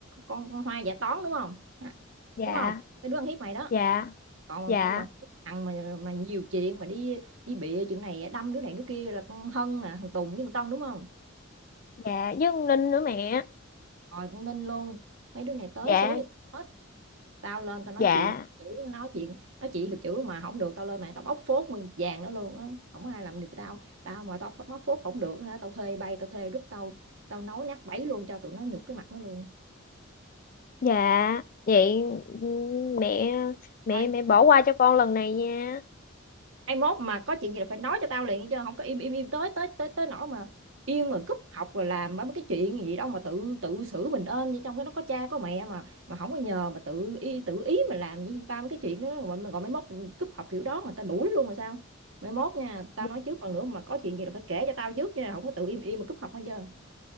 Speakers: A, on the right; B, on the left.
A: con con Hoa dạy toán đúng không Ha,
B: Dạ,
A: đúng không cái đứa ăn hiếp mày đó
B: dạ,
A: còn
B: dạ,
A: con mà thằng mà mà nhiều chuyện mà đi đi bịa chuyện này đâm đứa này đứa kia là con Hân nè thằng Tùng với thằng Tân đúng không
B: dạ với con Linh nữa mẹ.
A: rồi con Ninh luôn mấy đứa này tới
B: Dạ,
A: số với hết tao lên tao nói
B: dạ,
A: chuyện chữ nói chuyện nói chuyện hiệu chữ mà không được tao lên mạng tao bóc phốt nguyên một vàng đó luôn á không ai làm được tao tao mà tao bóc phốt không được hả tao thuê bay tao thuê group tao tao nấu nát bấy luôn cho tụi nó nhục cái mặt nó luôn
B: dạ. Vậy ừ, mẹ mẹ
A: thôi
B: mẹ bỏ qua cho con lần này nha.
A: ai mốt mà có chuyện gì là phải nói cho tao liền chứ không có im im im tới tới tới tới nỗi mà im mà cúp học rồi làm mấy cái chuyện gì đâu mà tự tự xử mình ơn như trong cái nó có cha có mẹ mà mà không có nhờ mà tự y tự ý mà làm như ba mấy cái chuyện đó mà mà gọi mấy mốt cúp học kiểu đó mà tao đuổi luôn rồi sao mấy mốt nha tao
B: dạ
A: nói trước lần nữa mà có chuyện gì là phải kể cho tao trước nha không có tự im im mà cúp học hết chưa